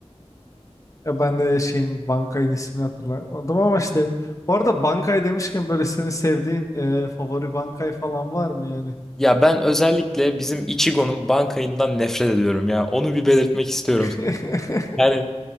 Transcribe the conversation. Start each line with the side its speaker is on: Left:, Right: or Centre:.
Left: Ya ben de şeyin Bankay'ın ismini hatırlamadım ama işte bu arada Bankay demişken böyle senin sevdiğin e, favori Bankay falan var mı yani?
Centre: Ya ben özellikle bizim Ichigo'nun bankayından nefret ediyorum ya. Onu bir belirtmek istiyorum.
Left: <laughs>
Centre: Yani